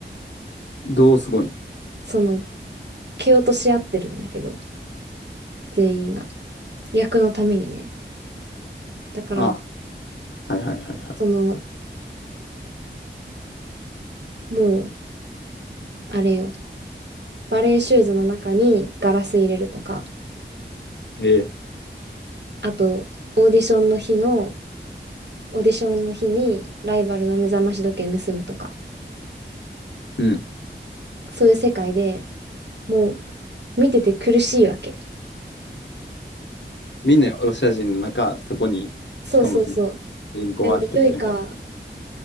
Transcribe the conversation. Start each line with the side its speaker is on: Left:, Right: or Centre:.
Left: どうすごいん
Right: その、蹴落とし合ってるんだけど、全員が。役のためにね。だから、
Left: ああ、はいはいはいは
Right: その、もう、あれよ、バレーシューズの中にガラス入れるとか、
Left: い。ええ。
Right: あと、オーディションの日の、オーディションの日にライバルの目覚まし時計盗むとか、
Left: うん。
Right: そういう世界でもう、見てて苦しいわけ。
Left: みんなロシア人の中、そこに、
Right: そうそうそう。
Left: しかもその主人口は一人だけ。
Right: でも、ジョイカ、